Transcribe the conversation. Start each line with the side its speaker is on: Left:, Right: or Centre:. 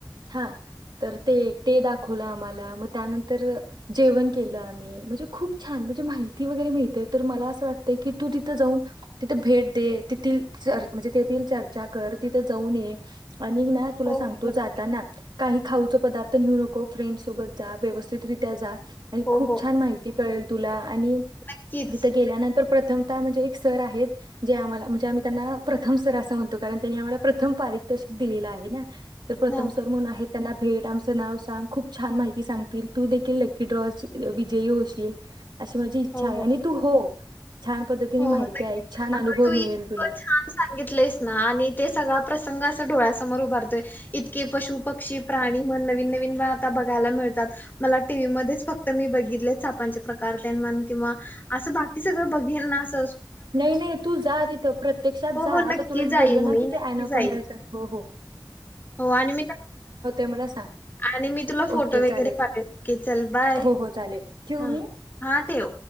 Right: हा तर ते एक. ते दाखवलं आम्हाला मग त्यानंतर जेवण केलं आम्ही म्हणजे. खूप छान म्हणजे माहिती वगैरे मिळते. तर मला असं वाटत की तू तिथं जाऊन तिथ भेट दे. तिथ म्हणजे तेथील चर्चा कर तिथं जाऊन ये. आणि ना तुला
Left: हो
Right: सांगतो
Left: हो नक्की.
Right: जाताना काही. खाऊच पदार्थ नेऊ नको. फ्रेंड सोबत जा व्यवस्थितरित्या जा. आणि
Left: हो
Right: खूप
Left: हो
Right: छान माहिती. कळेल तुला. आणि
Left: नक्कीच
Right: तिथं गेल्यानंतर प्रत्ये प्रथमता म्हणजे एक सर आहेत. जे आम्हाला म्हणजे आम्ही त्यांना प्रथम सर असं म्हणतो. कारण त्यांनी आम्हाला प्रथम पारितोषिक दिलेलं आहे ना. तर प्रथम
Left: हा
Right: सर म्हणून आहेत. त्यांना भेट आमचं नाव सांग. खूप छान माहिती सांगतील तू देखील लकी ड्रॉ विजयी होशील. शिल. अशी माझी इच्छा
Left: हो
Right: आहे.
Left: हो
Right: आणि तू हो. छान पद्धतीने
Left: हो
Right: माहिती
Left: नक्कीच.
Right: आईक छान
Left: अगं
Right: अनुभव
Left: तू
Right: मिळेल
Left: इतकं
Right: तुला.
Left: छान सांगितलंयस ना आणि ते सगळा प्रसंग असं डोळ्यासमोर उभारतोय. इतके पशु-पक्षी-प्राणी म्हण नवीन-नवीन आता बघायला मिळतात. मला टीव्ही मध्येच फक्त मी बघितले सापांचे प्रकार. किंवा अस बाकी सगळ बघेन ना अस.
Right: नाही-नाही तू जा तिथं प्रत्यक्षात
Left: हो
Right: जा.
Left: हो नक्की
Right: आता तुला मी
Left: जाईन
Right: बोललो
Left: मी
Right: ना कि
Left: नक्की
Right: ऍनाकोंडा
Left: जाईन.
Right: च होता.
Left: हो आणि मी
Right: मला सांग
Left: आणि मी तुला फोटो
Right: ओके
Left: वगैरे
Right: चालेल
Left: पाठवेन की चल बाय
Right: हो हो चालेल ठेवू
Left: हा.
Right: मी
Left: हा ठेव.